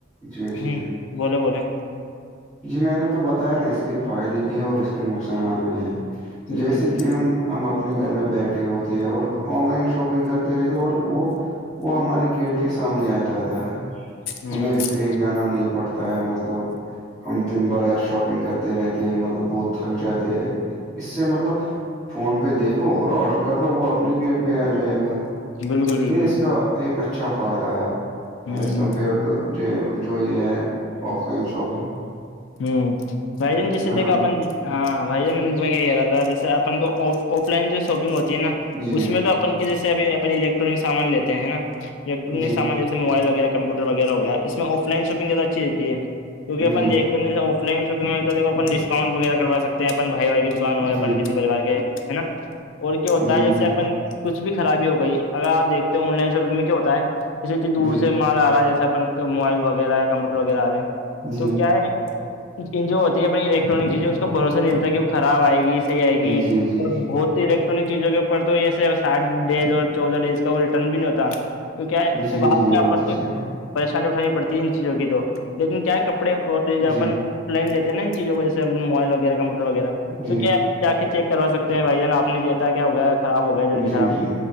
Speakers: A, in the centre; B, on the left.
A: جی جی
B: ہ بولے بولے
A: جی میں نے تو بتایا نا اس کے فائدے بھی اور اس کے نقصانات بھی ہے
B: بالکل
A: جیسے
B: بالکل
A: کہ ہم ہم اپنے گھر میں بیٹھے ہوتے ہیں اور آن لائن شاپنگ کرتے رہتے ہیں اور وہ وہ ہمارے گیٹ کے سامنے آ جاتا ہے
B: ہ
A: ہمیں کہیں جانا نہیں پڑتا ہے مطلب ہم دن بھر یار شاپنگ کرتے رہتے مطلب بہت تھک جاتے اس سے مطلب فون پہ دیکھو اور آرڈر کر لو وہ اپنے گیٹ پہ آ جائے گا
B: بالکل بالکل
A: یہ اس کا ایک اچھا فائدہ ہے
B: ہ
A: ایز کمپیئر ٹو جو یہ ہے آف لائن شاپنگ
B: ہوں بھی جن جسے
A: ہے
B: دیکھ
A: نا
B: اپن ہاں بھائی جن میں کیا کہہ رہا تھا جیسے اپن کو آف لائن جو شاپنگ ہوتی ہے نا
A: جی
B: اس میں تو جیسےبھی اپ الیکٹرک سامان لیتے ہیں نا الیکٹرک
A: جی
B: سامان موبائل وغیرہ کمپیوٹر وغیرہ ہویا اس میں آف لائن شاپنگیادہ اچھی رہتی ہے کیہنیک
A: جی
B: س آفائن شپگ میں تو کون ڈسکؤنٹ وغیرہ کر سکتے ہیں اپ بائی کی دکان ہے
A: جی
B: پریوار کے ہے نا اور کیا ہوتا
A: جی
B: ہے جیسے
A: جی
B: اپن کچ بھی خرابی ہو گئی اگر آپ دیکھتے آن لائن شاپنگ میں کیا ہوتا ہے اسے اتنی دور
A: جی جی
B: سے مال آ رہا جیسے اپن موبائل وغیرہ ہے کمپیوٹر وغیرہ آ رہے ہیں
A: جی
B: تو کیا ہے ان جو ہوتی ہے اپنی الیکٹرانک چیزیں اس کو بھروسہ نہیںلتا کہ وہ خراب آئے گی صح آئے گی
A: جی جی
B: اور بہت ل الٹرک چیزوں کے اور تو یہے ساتھ ڈیز اور چودہ ڈیز کا وہ ریٹرن بھی نہیں ہوتا تو کیا ہے اس
A: جی جی
B: سے بعد
A: یہ بات تو
B: میں
A: صحیح ہے
B: کو پریشانی اٹھانی پڑتی ان چیزوں کی تو لیکن کیا ہے کپڑے اور
A: جی
B: اپن لائن لیتے ہیں ن ان چیزوں کو جیسے موبائل وغیرہ کپوٹر وغیرہ
A: جی
B: تو کیا ج آ کے چیک کروا سکتے ہیں بھائی جان آپ نے دیتا کیا ہو گیا خراب ہو گیا جلدی
A: جی
B: خراب
A: جی